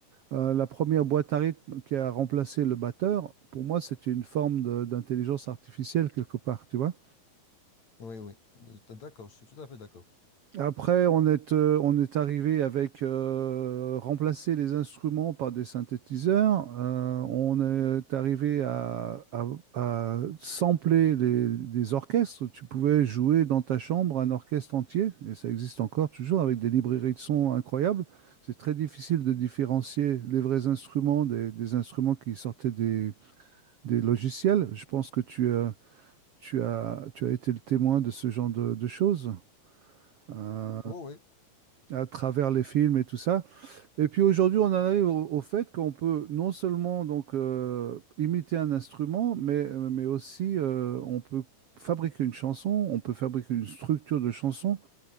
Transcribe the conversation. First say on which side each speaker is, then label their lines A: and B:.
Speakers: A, on the right (about 75°); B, on the left (about 45°).
A: euh, la première boîte à rythme qui a remplacé le batteur, pour moi, c'était une forme de- d'intelligence artificielle quelque part, tu vois.
B: Oui, oui, D'accord, je suis tout à fait d'accord.
A: Après, on est, euh, on est arrivé avec euh, remplacer les instruments par des synthétiseurs. Euh, on est arrivé à, à, à sampler les, des orchestres. Tu pouvais jouer dans ta chambre un orchestre entier, et ça existe encore toujours avec des librairies de sons incroyables. C'est très difficile de différencier les vrais instruments des, des instruments qui sortaient des, des logiciels. Je pense que tu, as- tu as, tu as été le témoin de ce genre de de choses. Euh,
B: Oh, oui.
A: à travers les films et tout ça. Et puis aujourd'hui, on en arrive au, au fait qu'on peut non seulement donc euh, imiter un instrument, mais, mais aussi euh, on peut fabriquer une chanson, on peut fabriquer une structure de chanson,